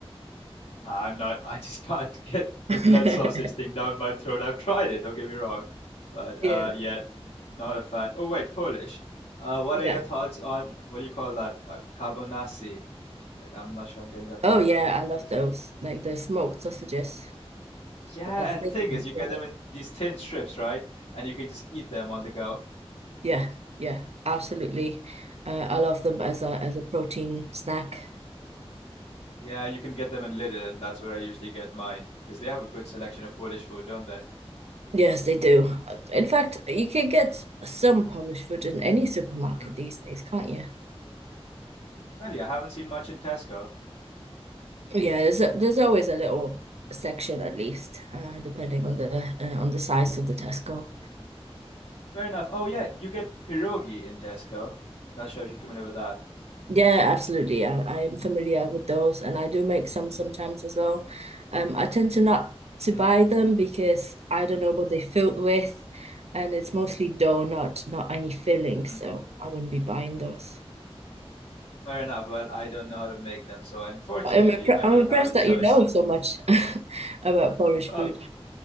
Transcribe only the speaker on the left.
Nah, I'm not. I just <laughs> can't get the
blood sausage thing down my throat. I've tried it. Don't get me wrong, but
uh, yeah, not a fan. Oh wait, Polish. Uh, what
are your thoughts on what do you call that? Uh, carbonasi. Uh, I'm not sure I'm getting that
right.
Is-
yeah,
and the thing
is, you get
them in these thin strips, right? And you can just eat them on the go.
hmm
Yeah, you can get them in Lidl, and that's where I usually get mine because they have a good selection of Polish food, don't they?
hmm
Really, I haven't seen much in Tesco.
hmm
Fair enough. Oh yeah, you get pierogi in Tesco. Not sure if you're familiar with that.
Mm-hmm.
hmm
hmm
Fair enough. Well, I don't know how to make them, so unfortunately,
I
don't
have a choice.
<laughs> Oh,